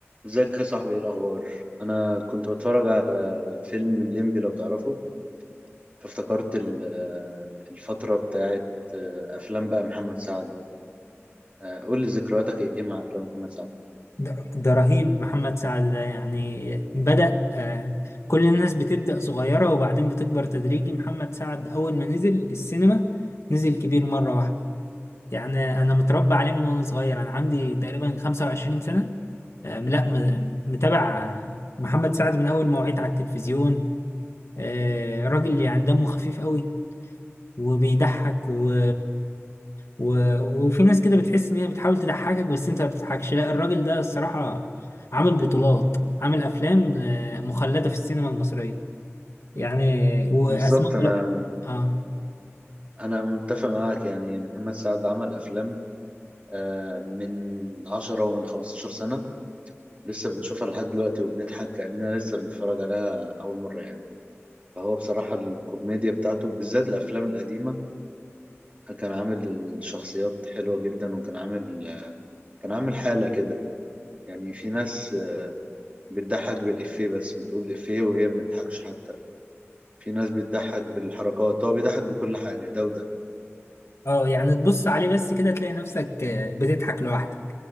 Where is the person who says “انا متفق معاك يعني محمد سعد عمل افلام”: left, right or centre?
Right